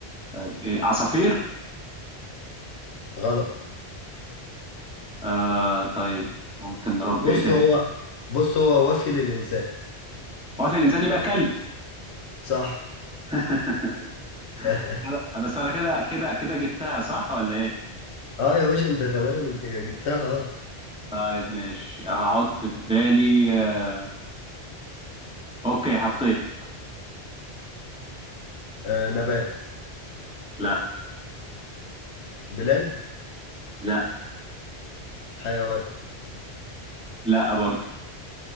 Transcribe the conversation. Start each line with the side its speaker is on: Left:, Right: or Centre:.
Centre: طيب ايه عصافير
Left: غلط
Centre: آه طيب ممكن نربي
Left: بص
Centre: ايه تاني
Left: هو بص هو وفي للإنسان
Centre: هو في الإنسان يبقى كلب
Left: صح
Centre: <laughs>
Left: <laughs>
Centre: كده بس أنا كده كده كده جبتها صح ولا إيه؟
Left: اه يا باشا انت تمام انت جبتها اه
Centre: طيب ماشي هحط في بالي آه، أوكي حطيت
Left: آه، نبات
Centre: لا
Left: بلاد
Centre: لا
Left: حيوان
Centre: لا برضه